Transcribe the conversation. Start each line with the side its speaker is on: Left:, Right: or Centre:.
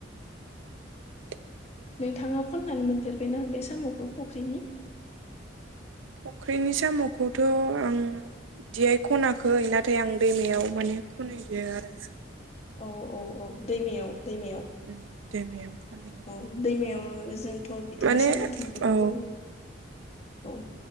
Right: उम।
Left: नोंथाङा खननानै मोनफेरबायना बे साम'खौ फुख्रिनि
Right: फुख्रिनि साम'खौथ' आं बिदिहाय खनाखै नाथाय आं दैमायाव माने खनहैयो आरोना।
Left: औ औ औ दैमायाव दैमायाव।
Right: उम दैमायाव खनायो
Left: औ दैमायाव जोंथ' बिदिनो
Right: माने
Left: साम' थुमफ्रुखौ
Right: औ
Left: जों औ।